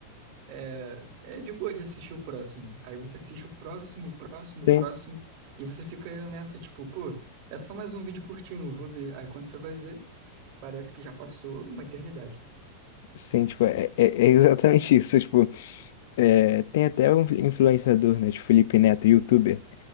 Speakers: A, on the right (about 45°); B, on the left (about 65°).
A: é, é de boa de assistir o próximo. Aí você assiste o próximo, o próximo,
B: Sim,
A: o próximo, e você fica nessa, tipo, pô, é só mais um vídeo curtinho, vou ver. Aí quando você vai ver, parece que já passou uma eternidade.
B: sim, tipo, é, é é <laughs> exatamente isso, tipo. É, tem até um influenciador, né, de Felipe Neto, youtuber,